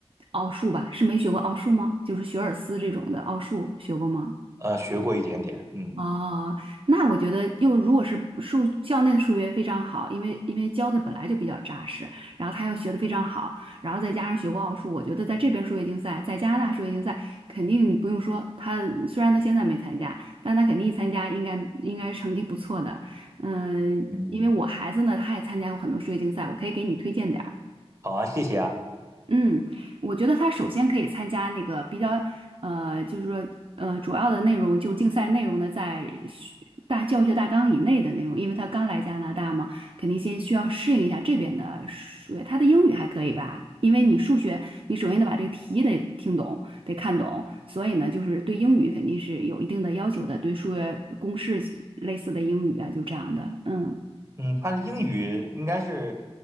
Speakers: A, on the right; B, on the right.
A: 奥数吧？是没学过奥数吗？就是学尔斯这种的奥数学过吗？
B: 呃，学过一点点，嗯
A: 哦，那我觉得又如果是数校内的数学非常好，因为因为教的本来就比较扎实，然后他又学的非常好，然后再加上学过奥数，我觉得在这边数学竞赛，在加拿大数学竞赛肯定不用说，他虽然他现在没参加，但他肯定一参加应该应该成绩不错的。嗯、
B: 嗯，
A: 因为我孩子呢，他也参加过很多数学竞赛，我可以给你推荐点儿。
B: 好啊，谢谢啊。
A: 嗯，我觉得他首先可以参加那个比较，呃，就是说，呃，主要的内容就竞赛内容呢，在学大教学大纲以内的内容，因为他刚来加拿大嘛，肯定先需要适应一下这边的数学。他的英语还可以吧？因为你数学，你首先得把这个题得听懂，得看懂，所以呢，就是对英语肯定是有一定的要求的，对数学公式类似的英语啊，就这样的，嗯。
B: 嗯，他的英语应该是